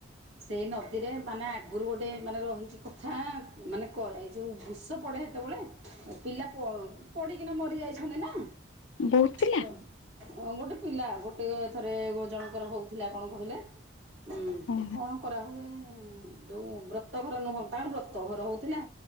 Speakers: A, on the right; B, on the left.
A: ସେଇ ନଦୀରେ ମାନେ ଆଗରୁ ଗୋଟେ ମାନେ ରହିଛି କଥା ମାନେ କ ଏଇ ଯେଉଁ ବୃଷ ପଡ଼େ ହେତେବେଳେ ପିଲା ପ ପଡିକିନା ମରି ଯାଇଛନ୍ତି ନା।
B: ବହୁତ ପିଲା।
A: ତ ଗୋଟେ ପିଲା ଗୋଟେଥରେ ଜଣଙ୍କର ହଉଥିଲା କଣ କହିଲେ? ଉୁଁ
B: ହଁ
A: କଣ କରାହୁଏ ଯୋଉ ବ୍ରତଘର ନୁହଁ ତାର ବ୍ରତ ଘର ହଉଥିଲା।